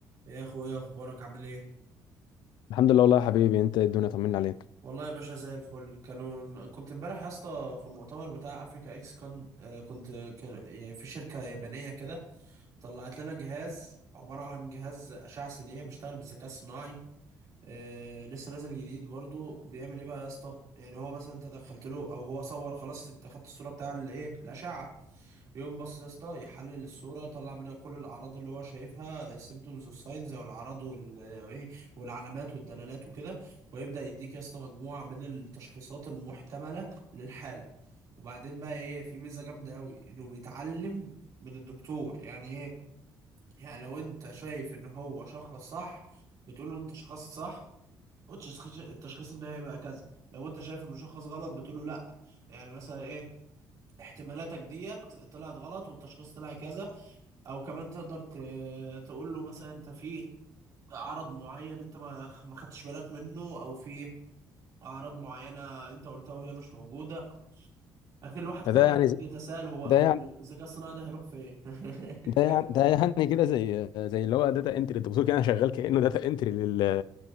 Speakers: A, on the right; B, on the left.
A: يا اخويا اخبارك عامل ايه
B: الحمد لله والله يا حبيبي انت الدنيا طمنا عليك
A: والله يا باشا زي الفل كانوا كنت امبارح يا اسطى في المؤتمر بتاع افريكا اكس كون آه، كنت كان يعني في شركه يابانيه كده طلعت لنا جهاز عباره عن جهاز اشعه سينيه بيشتغل بالذكاء الصناعي آه لسه نازل جديد برضو بيعمل ايه بقى يا اسطى يعني هو مثلا انت دخلت له او هو صور خلاص انت خدت الصوره بتاع الايه الاشعه بيقوم بص يا اسطى يحلل الصوره يطلع منها كل الاعراض اللي هو شايفها السيمتومز والساينز او الاعراض وال- وايه والعلامات والدلالات وكده ويبدا يديك يا اسطى مجموعه من التشخيصات المحتمله للحاله وبعدين بقى ايه في ميزه جامده قوي انه بيتعلم من الدكتور يعني ايه يعني لو انت شايف ان هو شخص صح بتقول له انت شخصت صح والتشخيص التشخيص النهائي بقى كذا لو انت شايف المشخص غلط بتقول له لا يعني مثلا ايه احتمالاتك ديت طلعت غلط والتشخيص طلع كذا او كمان تقدر ت... تقول له مثلا انت في عرض معين انت ما ما خدتش بالك منه او في اعراض معينه انت قلتها وهي مش موجوده اخي الواحد خلى
B: فده يعني
A: يتساءل هو هو
B: ده يعني
A: الذكاء الصناعي ده هيروح فين <laughs>
B: ده يعني ده يعني كده زي زي اللي هو داتا انتري انت بتقول كده انا شغال كانه داتا انتري لل